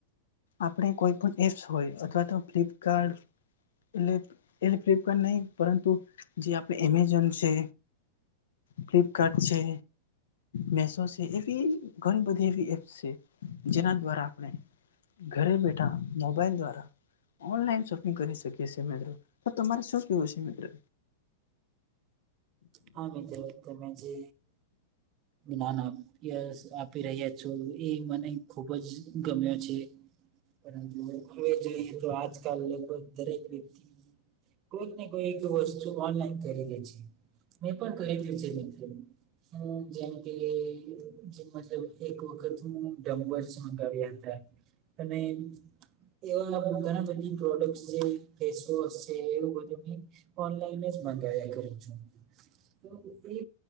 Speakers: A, on the left (about 85°); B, on the right (about 30°).
A: આપણે કોઈ પણ એપ્સ હોય અથવા તો ફ્લિપકાર્ટ. એટલે એલે ફ્લિપકાર્ટ નહ પરંતુ જે આપડ એમેઝોન છે. ફ્લિપકાર્ટ છે. મેસો છે એવી ઘણી બધી એવી એપ્સ છે જેના દ્વારા આપણે. ઘરે બેઠા મોબાઈલ દ્વારા ઓનલાઈન સ. કરી શકીી મિત્રો તો તમારે શું કેવું છે મિત્રો.
B: હા મિત્રો તમે જે જ્ાન આપ. આપી રહ્યા છો એ મને ખુબ જ ગમ્યો છે. પરંતુ હવે જોઈએ તો આજકાલ લગભગ દરેક વ્યક્તિ. કોઈક ને કોઈક વસ્તુ ઓનલાઈન કરી દે છે. મેં પણ કરી <inaudible> હું જેમ કે જે મતલબ એક વખત હું ડમ્બર્સ મંગાવ્યા હતા. અને એવા ઘણા બધી પ્રોડક્ટ જે ફેસવો છે એ બ. ઓનલાઈન જ મંગાવ્યા કરું છું. તો એ